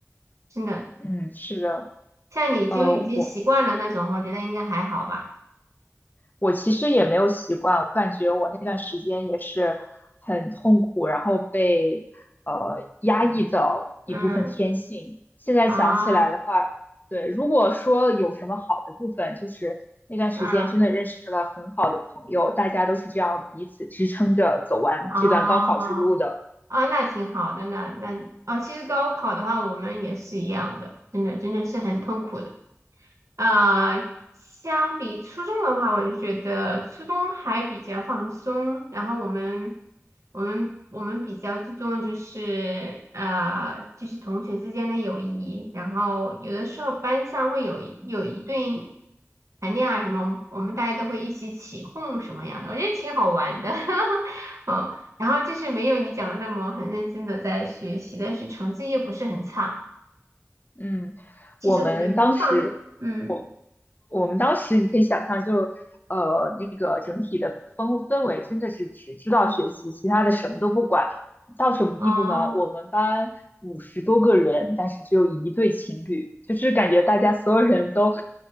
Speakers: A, on the right (about 75°); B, on the left (about 35°).
A: 真的。
B: 嗯，是的。
A: 像你就已经习惯了那种，
B: 呃，我
A: 我觉得应该还好吧。
B: 我其实也没有习惯，我感觉我那段时间也是很痛苦，然后被呃压抑到一部分天性。
A: 嗯，
B: 现在想起来的话，
A: 啊，
B: 对，如果说有什么好的部分，就是那段时间真的认识了很好的朋友，
A: 嗯，
B: 大家都是这样彼此支撑着走完这段高考之路的。
A: 啊。啊，那挺好的，那那啊，其实高考的话，我们也是一样的，真的真的是很痛苦的。啊、相比初中的话，我就觉得初中还比较放松，然后我们我们我们比较注重就是呃就是同学之间的友谊，然后有的时候班上会有一有一对谈恋爱什么，我们大家都会一起起哄什么样的，我觉得挺好玩的，<laughs> 哦，然后就是没有你讲的那么很认真的在学习，但是成绩又不是很差，
B: 嗯，
A: 其实我觉得放嗯。
B: 我们当时，我我们当时你可以想象就，呃那个整体的氛氛围真的是只知道学习，其他的什么都不管。到什么地步呢？
A: 哦，
B: 我们班五十多个人，但是只有一对情侣，就是感觉大家所有人都呃